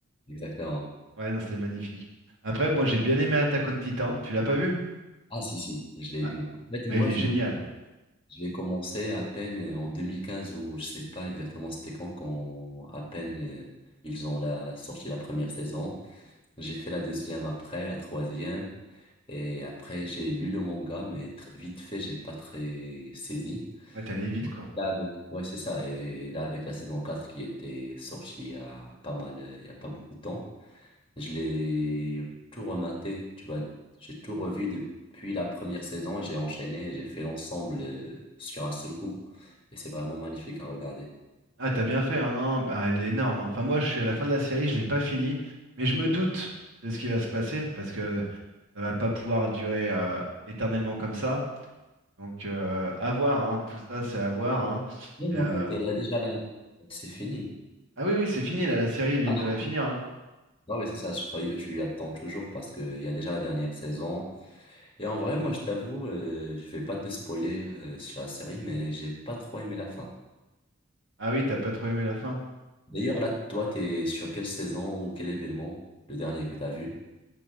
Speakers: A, on the left; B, on the right.
A: Exactement.
B: Ouais, non, c'était magnifique. Après, moi, j'ai bien aimé Attack on Titan. Tu l'as pas vu?
A: Ah, si, si, je l'ai
B: Ah,
A: vu. En fait, moi,
B: ah, il est
A: je
B: génial.
A: l'ai, je l'ai commencé à peine euh, en 2015 ou je sais pas exactement c'était quand, quand à peine euh, ils ont la, sorti la première saison. J'ai fait la deuxième après, la troisième. Et après, j'ai lu le manga, mais tr- vite fait, j'ai pas très saisi.
B: Ouais, t'es allé vite, quoi.
A: Là, avec, ouais, c'est ça. Et là, avec la saison 4 qui était sortie il y a pas mal, euh, il y a pas beaucoup de temps. Je l'ai tout rematé, tu vois. J'ai tout revu depuis la première saison j'ai enchaîné, j'ai fait l'ensemble euh, sur un seul coup. Et c'est vraiment magnifique à regarder.
B: Ah, t'as bien fait, hein, non? bah, elle est énorme. hein. Enfin, moi, je suis à la fin de la série, je l'ai pas fini, mais je me doute de ce qui va se passer parce que ça va pas pouvoir durer euh, éternellement comme ça. Donc, euh, à voir, hein, Tout ça, c'est à voir, hein.
A: Mais, mais
B: Et, euh,
A: en fait, il y a déjà la... C'est fini.
B: Ah oui, oui, c'est fini, là, la série, ils viennent
A: Ah,
B: de
A: je-
B: la finir. hein.
A: non, mais c'est ça, je croyais que tu attends toujours parce qu'il y a déjà la dernière saison. Et en vrai, moi, je t'avoue, euh, je vais pas te spoiler euh, sur la série, mais j'ai pas trop aimé la fin.
B: Ah oui, t'as pas trop aimé la fin.
A: D'ailleurs, là, toi, t'es sur quelle saison ou quel événement, le dernier que t'as vu?